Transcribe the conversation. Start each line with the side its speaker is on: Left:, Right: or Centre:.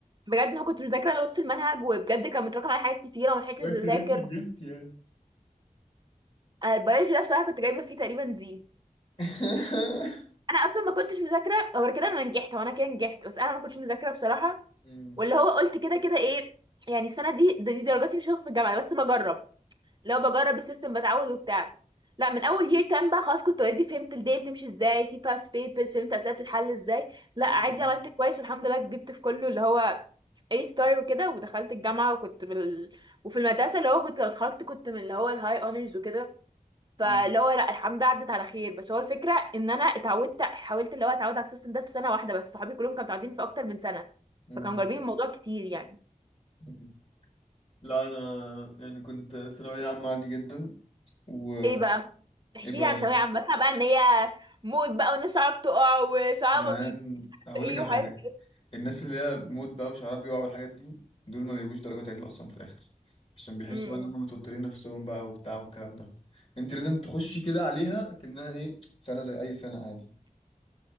Right: بجد ما كنت مذاكرة نص المنهج وبجد كان متراكم على حاجات كتيرة وما لحقتش
Left: بس
Right: اذاكر
Left: ان انت جبت يعني
Right: أنا البيولوجي ده بصراحة كنت جايبة فيه تقريبا دي
Left: <laughs>
Right: انا اصلا ما كنتش مذاكرة غير كده انا نجحت وانا كده نجحت بس انا ما كنتش مذاكرة بصراحة
Left: مم.
Right: واللي هو قلت كده كده ايه يعني السنة دي دي درجاتي مش هتاخد في الجامعة بس بجرب لو بجرب السيستم بتعود وبتاع لا من اول year 10 بقى خلاص كنت اوريدي فهمت الدنيا بتمشي ازاي في past papers فهمت اسئله بتتحل ازاي لا
Left: مم.
Right: عادي عملت كويس والحمد لله جبت في كله اللي هو A star وكده ودخلت الجامعه وكنت من ال... وفي المدرسه اللي هو كنت لو اتخرجت كنت من اللي هو الهاي اونرز وكده فاللي
Left: مم.
Right: هو لا الحمد لله عدت على خير بس هو الفكره ان انا اتعودت حاولت اللي هو اتعود على السيستم ده في سنه واحده بس صحابي كلهم كانوا متعودين في اكتر من سنه
Left: مم.
Right: فكانوا جربين الموضوع كتير يعني
Left: مم. لا انا يعني كنت ثانوية عامة عادي جدا و
Right: ايه بقى احكي
Left: ايه بقى
Right: لي عن
Left: يا
Right: ثانوية عامة بسمع بقى ان هي موت بقى والناس شعرها بتقع وشعرها
Left: جدعان
Right: ما بيت
Left: هقول
Right: ايه
Left: لك على
Right: وحاجات
Left: حاجة
Right: كده
Left: الناس اللي هي موت بقى وشعرها بيقع والحاجات دي دول ما بيجيبوش درجات عدل اصلا في الاخر عشان بيحسوا
Right: امم
Left: بقى ان هم متوترين نفسهم بقى وبتاع والكلام ده انت لازم تخشي كده عليها كأنها ايه سنة زي اي سنة عادي